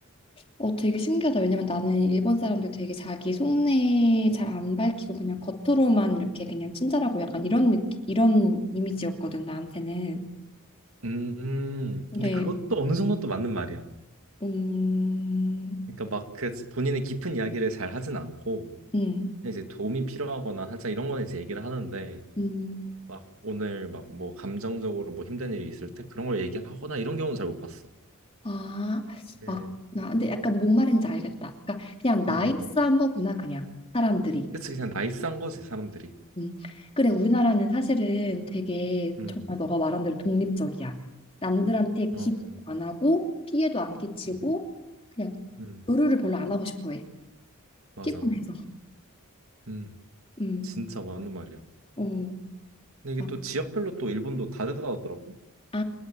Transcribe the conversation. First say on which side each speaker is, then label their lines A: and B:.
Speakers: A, on the left; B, on the right.
A: 어, 되게 신기하다. 왜냐면 나는 일본 사람들 되게 자기 속내 잘 안 밝히고 그냥 겉으로만 이렇게 그냥 친절하고 약간 이런 느낌, 이런 이미지였거든, 나한테는.
B: 음,
A: 근데,
B: 근데 그것도 어느 정도 또 맞는 말이야.
A: 음,
B: 그러니까 막 그 본인의 깊은 이야기를 잘 하진 않고
A: 음,
B: 이제 도움이 필요하거나 살짝 이런 거는 이제 얘기를 하는데
A: 음,
B: 막 오늘 막 뭐 감정적으로 뭐 힘든 일이 있을 때 그런 걸 얘기하거나 이런 경우는 잘 못 봤어.
A: 아,
B: 네,
A: 아, 나 근데 약간 뭔 말인지 알겠다. 그러니까 그냥 나이스한
B: 음,
A: 거구나, 그냥 사람들이.
B: 그치 그냥 나이스한 거지 사람들이.
A: 음. 그래, 우리나라는 사실은 되게
B: 음,
A: 정말 너가 말한 대로 독립적이야. 남들한테
B: 어,
A: 기대도 안 하고 피해도 안 끼치고
B: 음,
A: 그냥
B: 음,
A: 의료를 별로 안 하고 싶어 해.
B: 맞아.
A: 피곤해서.
B: 음,
A: 음.
B: 진짜 맞는 말이야.
A: 어.
B: 근데 이게
A: 막,
B: 또 지역별로 또 일본도 다르다고 하더라고.
A: 아,